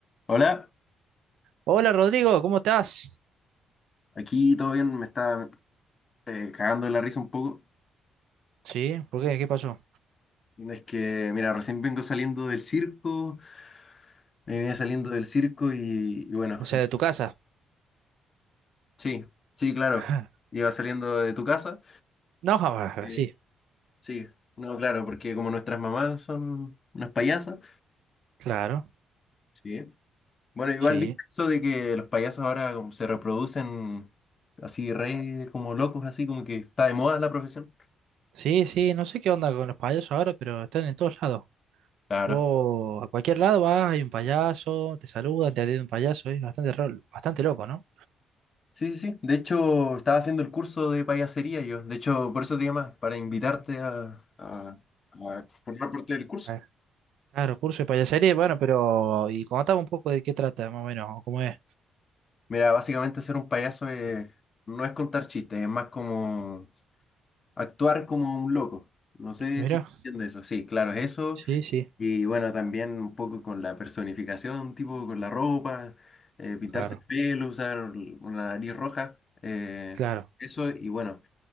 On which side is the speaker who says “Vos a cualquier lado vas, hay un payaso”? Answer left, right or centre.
Right